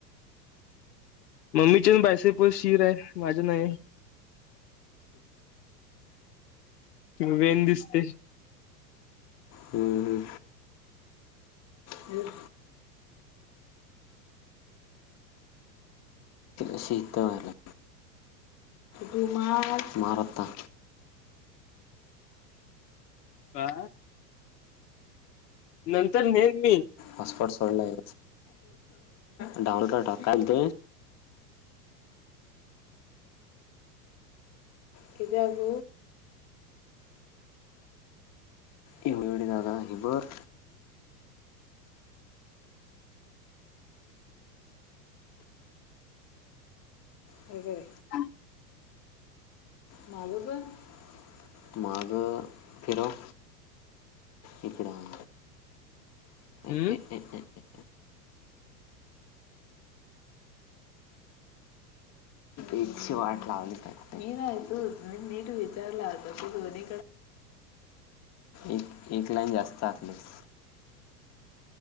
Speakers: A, on the left; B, on the left.
A: मम्मीच्यान बायसे पण शिर आहे माझं नाही वेन दिसते
B: हम्म हम्म शहीतवाला भमा मारता
A: का नंतर नेन मी
B: हॉसपॉट सडलाय डावलड ढ कायल ते कद्याक एव एवढ जादा हिबर हे काय
A: हम
B: माझं पण माग फिरव इकडं <inaudible>
A: हम्म
B: वाट लावली मी नाही नीट विचारलं दोडे एक एक लाईन जास्त आलीस